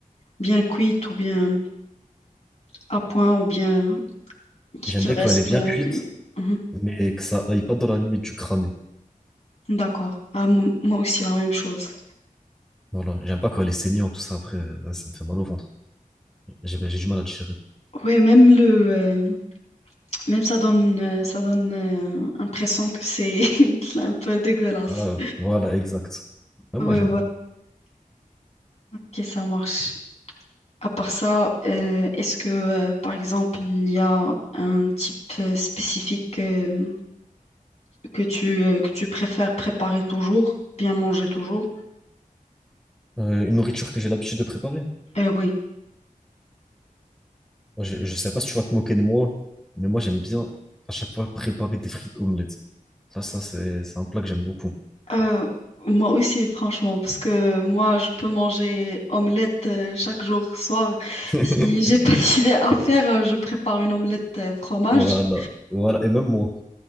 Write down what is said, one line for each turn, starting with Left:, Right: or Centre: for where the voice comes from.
Left: Bien cuite ou bien à point ou bien qu-
Centre: J'aime
Left: qu'il
Centre: bien
Left: reste.
Centre: quand elle est bien
Left: euh,
Centre: cuite,
Left: mhm.
Centre: mais que ça aille pas dans la limite du cramé.
Left: D'accord. Ah, mo- moi aussi, la même chose.
Centre: Voilà, j'aime pas quand elle est saignante, tout ça. Après, euh, là, ça me fait mal au ventre. J'ai ben, j'ai du mal à digérer.
Left: Oui, même le, euh, même ça donne, euh, ça donne euh, l'impression que c'est <laughs> un peu dégueulasse.
Centre: Voilà, voilà, exact. Même
Left: Oui,
Centre: moi, j'aime pas.
Left: Ok, ça marche. À part ça, euh, est-ce que, euh, par exemple, il y a un type euh, spécifique euh, que tu, euh, que tu préfères préparer toujours, bien manger toujours?
Centre: Euh, une nourriture que j'ai l'habitude de préparer.
Left: Euh, oui.
Centre: Moi, je, je sais pas si tu vas te moquer de moi, mais moi, j'aime bien à chaque fois préparer des frites omelettes. Ça, ça, c'est, c'est un plat que j'aime beaucoup.
Left: Euh, moi aussi, franchement, parce que moi, je peux manger omelette euh, chaque jour, soir.
Centre: <laughs>
Left: Si j'ai pas <laughs> d'idée à faire, euh, je prépare une omelette euh, fromage.
Centre: Voilà, voilà, et même moi.